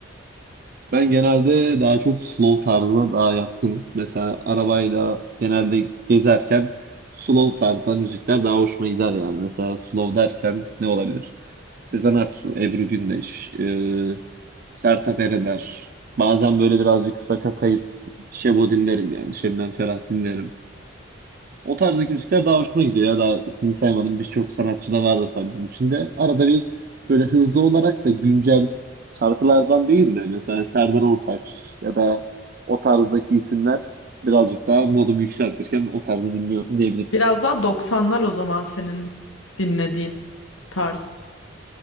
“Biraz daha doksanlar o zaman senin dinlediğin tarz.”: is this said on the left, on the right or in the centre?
Left